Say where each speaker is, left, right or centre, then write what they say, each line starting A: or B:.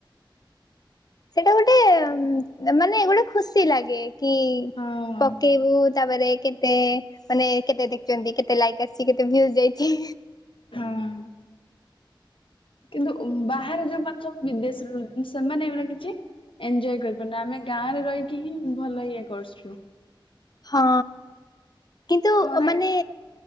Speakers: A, on the left; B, on the left.
A: ସେଇଟା ଗୋଟେ ମାନେ ଗୋଟେ ଖୁସି ଲାଗେ। କି
B: ହଁ
A: ପକେଇବୁ ତାପରେ କେ ମାନେ କେତେ ଦେଖୁଚନ୍ତି କେତେ ଲାଇକ୍ ଆସିଚି କେତେ ଭିଉଜ ଯାଇଚି।
B: ହଁ କିନ୍ତୁ ବାହାରେ ଯୋଉମାନେ ସବୁ ବିଦେଶରେ ରହିଚନ୍ତି ସେମାନେ ଏଇରା କିଛି ଏଞ୍ଜୟ କରିପାରୁନ ଆମେ ଗାଁରେ ରହିକିହିଁ ଭଲ ଇଏ କରୁଚୁ।
A: ହଁ କିନ୍ତୁ
B: ଖରା
A: ମାନେ